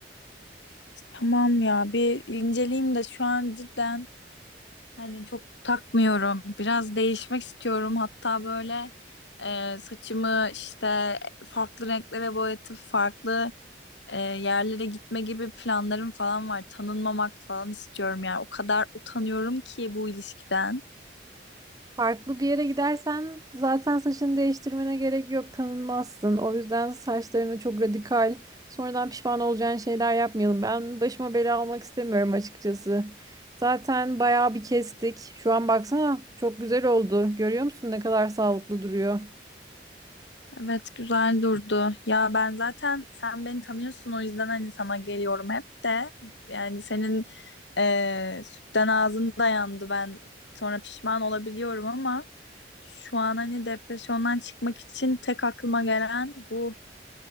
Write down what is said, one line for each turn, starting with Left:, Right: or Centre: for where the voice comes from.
Left: Tamam ya bir inceleyeyim de şu an cidden hani çok takmıyorum. Biraz değişmek istiyorum. Hatta böyle e, saçımı işte farklı renklere boyatıp farklı e, yerlere gitme gibi planlarım falan var. Tanınmamak falan istiyorum yani. O kadar utanıyorum ki bu ilişkiden.
Right: Farklı bir yere gidersen zaten saçını değiştirmene gerek yok, tanınmazsın. O yüzden saçlarını çok radikal, sonradan pişman olacağın şeyler yapmayalım. Ben başıma bela almak istemiyorum açıkçası. Zaten bayağı bir kestik. Şu an baksana çok güzel oldu. Görüyor musun ne kadar sağlıklı duruyor?
Left: Evet güzel durdu. Ya ben zaten sen beni tanıyorsun o yüzden hani sana geliyorum hep de. Yani senin eee sütten ağzın dayandı ben sonra pişman olabiliyorum ama şu an hani depresyondan çıkmak için tek aklıma gelen bu.